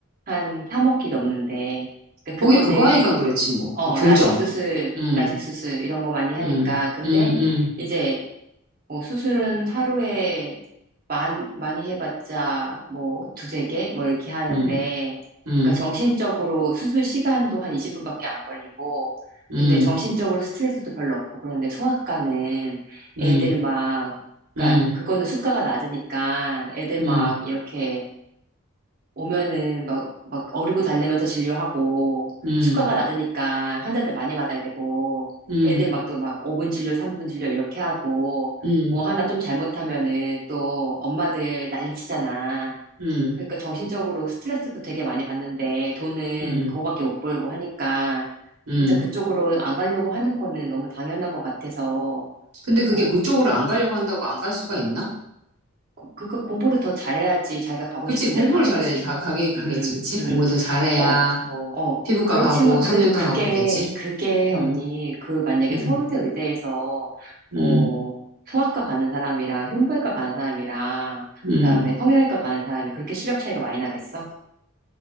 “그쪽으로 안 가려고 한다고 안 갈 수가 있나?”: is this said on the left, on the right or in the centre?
Right